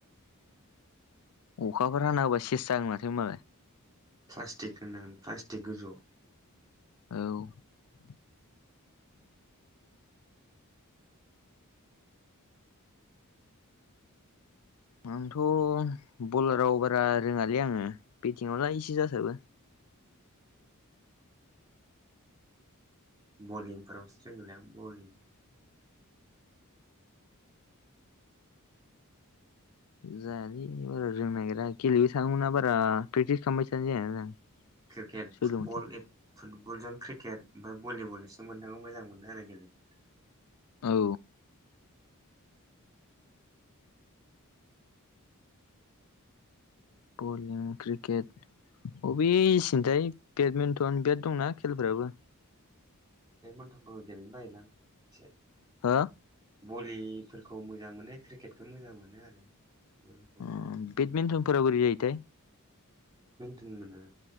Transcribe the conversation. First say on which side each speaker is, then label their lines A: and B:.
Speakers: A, on the left; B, on the right.
A: अखाफोर हाना होबा सेस जागोन माथो होनबालाय
B: प्लास्टिक खोबनांगोन प्लास्टिक गोजौआव
A: औ आंथ' बलाराव बारा रोङालै आङो बेटिंआवलाय एसे जासाबो।
B: बलिंफोरावसो रोंगोलै आं बलिं
A: जायालै बारा रोंनोनागिरा गेलेबाय थानोमोना बारा प्रेक्टिस खालामबाय थानाय जायाना जों
B: क्रिकेट
A: सोलोंबाय
B: फुटबल
A: थाया
B: एब फुटबलजों क्रिकेट ओमफ्राय भलिबल इसोर मोनथामखौ मोजां मोनो आरो गेलेनो।
A: औ बलिं क्रिकेट अबेसेनथाय बेदमिन्टन बिराद दंना खेलफोराबो।
B: बेटमेनटनखौ गेलेनो बायोलां एसे।
A: हा?
B: भलिफोरखौ मोजां मोनो क्रिकेटखौ मोजां मोनो आरो। फुटबलफोरखौ
A: ओम बेदमिन्टनफोरा बोरै जायोथाय?
B: थोन मोना